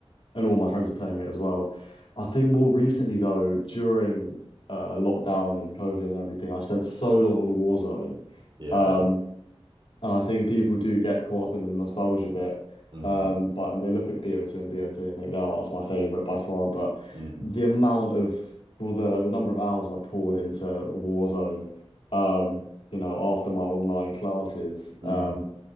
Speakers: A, on the left; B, on the right.
A: and all my friends were playing it as well. I think more recently though, during uh, lockdown and COVID and everything, I spent so long on Warzone.
B: Yeah.
A: Um, and I think people do get caught up in the nostalgia bit.
B: Mm,
A: Um, but and they look at BO2 and BO3 and think, oh, that's my favorite by far. But
B: mm,
A: the amount of well, the the number of hours I poured into Warzone, um, you know, after my online classes,
B: mm.
A: um,